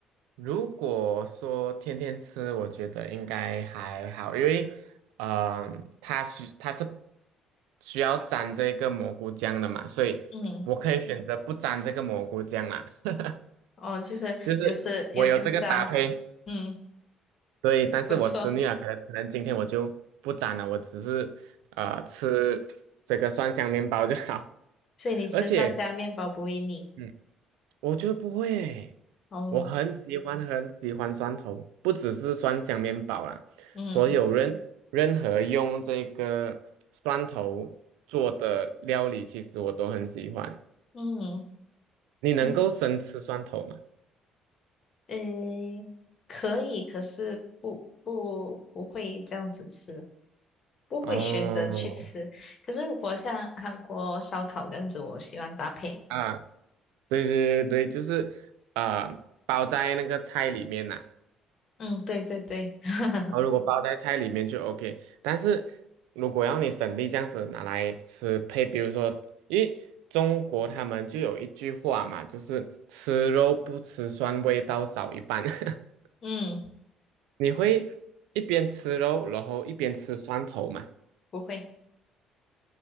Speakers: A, on the right; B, on the left.
A: 如果说天天吃，我觉得应该还好，因为呃，它是它是需要沾这个蘑菇酱的嘛，所以我可以选择不沾这个蘑菇酱啦，
B: 嗯，
A: <laughs>
B: 哦，就是有时有时沾，
A: 就是我有这个搭配，
B: 嗯，
A: 对，但是我吃腻了，
B: 不错。
A: 可能可能今天我就不沾了，我只是呃吃这个蒜香面包就好，
B: 所以你吃蒜香面包不会腻
A: <laughs> 而且。嗯。我觉得不会欸
B: 哦，
A: 我很喜欢很喜欢蒜头，不只是蒜香面包啦，
B: 嗯
A: 所有任任何用这个蒜头做的料理，其实我都很喜欢。
B: 嗯
A: 你能够生吃蒜头吗？
B: 嗯。嗯，可以，可是不不不会这样子吃，不会选择去吃。
A: 哦，
B: 可是如果像韩国烧烤这样子，我喜欢搭配。
A: 啊，对对对对，就是啊、包在那个菜里面呐、
B: 嗯，对对对，<laughs>
A: 然后如果包在菜里面就 OK，但是如果要你整粒这样子拿来吃配，比如说，因为中国他们就有一句话嘛，就是吃肉不吃蒜，味道少一半。<laughs>
B: 嗯，
A: 你会一边吃肉，然后一边吃蒜头嘛？
B: 不会，